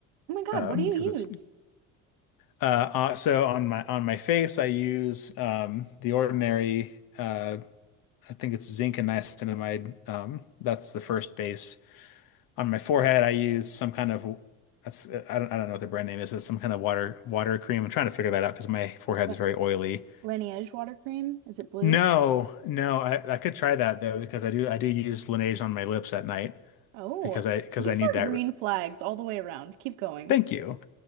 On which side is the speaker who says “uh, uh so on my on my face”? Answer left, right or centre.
Left